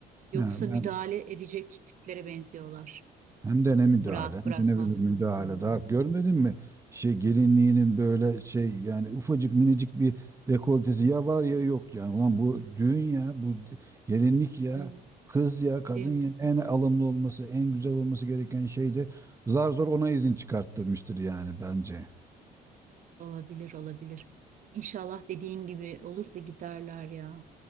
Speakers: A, on the right; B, on the right.
A: Yoksa
B: Yani
A: müdahale
B: ben
A: edecek tiplere benziyorlar.
B: hem de ne müdahale,
A: Bırak
B: hem
A: bırakmaz.
B: de ne bir müdahale.
A: Hmm,
B: Daha görmedin mi? Şey gelinliğinin böyle şey yani ufacık minicik bir dekoltesi ya var ya yok yani. Ulan bu düğün ya, bu gelinlik ya,
A: hı,
B: kız ya, kadın
A: Değil
B: ya.
A: mi?
B: En alımlı olması, en güzel olması gereken şey de zar zor ona izin çıkarttırmıştır yani bence.
A: Olabilir olabilir. İnşallah dediğin gibi olur da giderler ya.